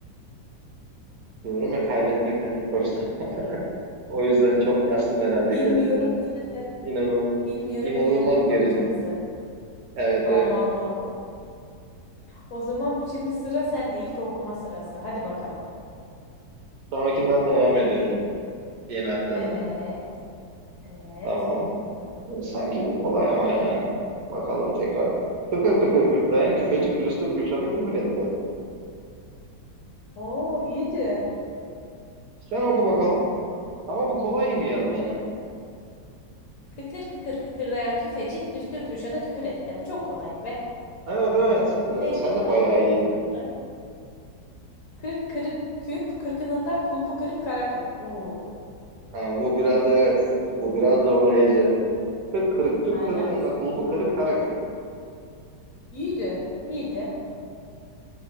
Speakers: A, on the right; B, on the left.
A: diyorum ya kaybetmekten hiç hoşlanmam. <laughs> O yüzden çok kastım herhalde
B: Bilmiyorum
A: kendimi.
B: diyenden,
A: İnanılmaz,
B: bilmiyorum
A: inanılmaz
B: diyenden
A: gerildim.
B: korkacaksın.
A: Evet,
B: Allah
A: evet.
B: Allah. O zaman şimdi sıra sende. İlk okuma sırası. Hadi bakalım.
A: Sonrakinden devam ediyorum. Yeni attığından.
B: Evet. Evet.
A: Tamam. Sanki bu kolay ama ya. Bakalım tekrar. Tıkır tıkır kürtleyen küfeci külüstür Kürşat'a küfür etti.
B: Oo iyiydi.
A: Sen oku bakalım. Ama bu kolay gibi geldi bana.
B: Kıkır kıkır kıkırdayan küfeci külüstür Kürşat'a küfür etti. Bu çok kolaydı be.
A: Evet evet. Eee,
B: Neyse
A: sen
B: devam
A: de bayağı
B: ediyorum
A: iyiydin.
B: hızlı hızlı. Kırk kırık küp, kırkınında kulpu kırık kara küp. Oo,
A: Ha, bu biraz evet. Bu biraz zorlayıcı. Kırk kırık tüp
B: aynen
A: kırkının
B: kız.
A: da kulbu kırık kara küp.
B: İyiydi, iyiydi.